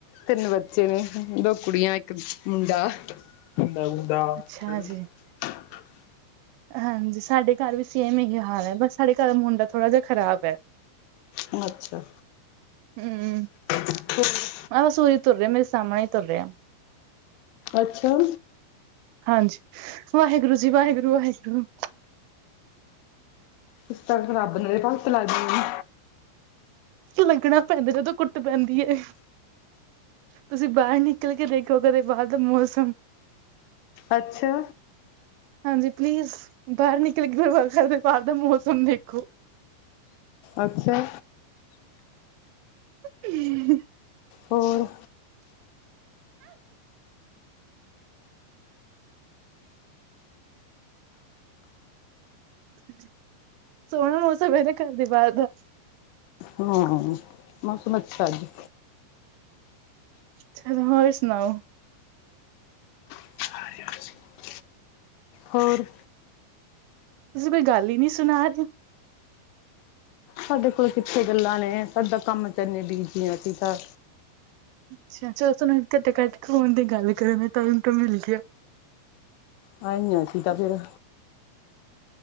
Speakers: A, on the left (about 85°); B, on the right (about 85°).
A: ਤਿੰਨ ਬੱਚੇ ਨੇ, ਦੋ ਕੁੜੀਆਂ ਇੱਕ ਮੁੰਡਾ ਮ ਮੁੰਡਾ।
B: ਅੱਛਾ
A: <unintelligible>
B: ਜੀ
A: ਹ। <inaudible>
B: ਹਾਂਜੀ, ਸਾਡੇ ਘਰ ਵੀ ਸੇਮ ਇਹੀ ਹਾਲ ਹੈ, ਬਸ ਸਾਡੇ ਘਰ ਮੁੰਡਾ ਥੋੜਾ ਜਿਹਾ ਖਰਾਬ ਐ।
A: ਉਹ ਅੱਛਾ।
B: ਹਮ।
A: <inaudible>
B: ਬਸ ਓਹੀ ਤੁਰ ਰਿਹਾ, ਮੇਰੇ ਸਾਹਮਣੇ ਹੀ ਤੁਰ ਰਿਹਾ।
A: ਅੱਛਾ।
B: ਹਾਂਜੀ, ਵਾਹਿਗੁਰੂ ਜੀ, ਵਾਹਿਗੁਰੂ -ਵਾਹਿਗੁਰੂ।
A: ਤੁਸੀਂ ਤਾਂ ਰੱਬ ਦੀ ਭਗਤ ਲਾਗੀ।
B: ਲੱਗਣਾ ਪੈਂਦਾ ਜਦੋਂ ਕੁੁੱਟ ਪੈਂਦੀ ਹੈ, ਤੁਸੀਂ ਬਾਹਰ ਨਿਕਲ ਕੇ ਦੇਖ ਔਰ ਕਦੈ ਬਾਹਰ ਦਾ ਮੌਸਮ।
A: ਅੱਛਾ।
B: ਹਾਂਜੀ, ਪਲੀਜ਼, ਬਾਹਰ ਨਿਕਲ ਕੇ <unintelligible> ਦਾ ਬਾਹਰ ਦਾ ਮੌਸਮ ਦੇਖੋ।
A: ਅੱਛਾ।
B: ਹਮ।
A: ਹੋਰ?
B: <unintelligible> ਸੋਹਣਾ ਮੌੋਸਮ ਆ, ਇਹਦੇ ਘਰ ਦੇ ਬਾਹਰ ਦਾ।
A: ਹਾਂ, ਮੌਸਮ ਅੱਛਾ ਜੀ।
B: ਅੱਛਾ, ਹੋਰ ਸੁਣਾਓ?
A: <unintelligible> ਹੋਰ?
B: ਤੁਸੀਂ ਕੋਈ ਗੱਲ ਹੀ ਨੀ ਸੁਣਾ ਰਹੇ?
A: ਸਾਡੇ ਕੋਲ ਕਿੱਥੇ ਗੱਲਾਂ ਨੇ, ਸਾਡਾ ਤਾਂ ਕੰਮ 'ਚ ਇੰਨੇ ਬੀਜੀ ਅਸੀ ਤਾ।
B: <unintelligible>
A: ਆਇ ਆ ਅਸੀਂ ਤਾ ਫਿਰ।